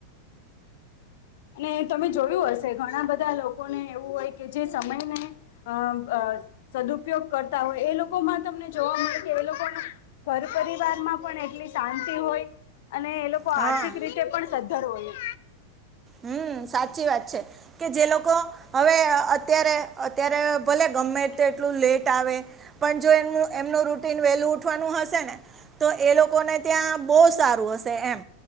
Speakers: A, on the left; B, on the right.
A: અને તમે જોયું હશે ઘણા બધા લોકોને એવું હોય કે જે સમય ને અમ અ સદુપયોગ કરતા હોય એ લોકોમાં તમને જોવા મળે છે એ લોકોન ઘર પરિવારમાં પણ એટલી શાંતિ હોય અને એ લોકો
B: હા
A: આર્થિક રીતે પણ સદ્ધર હોય.
B: હમ્મ, સાચી વાત છે. કે જે લોકો હવે અત્યારે અત્યારે ભલે ગમે તે એટલું લેટ આવે પણ જો એ એમનું રૂટીન વેલું ઉઠવાનું હશે ને તો એ લોકોને ત્યાં બહુ સારું હશે એમ.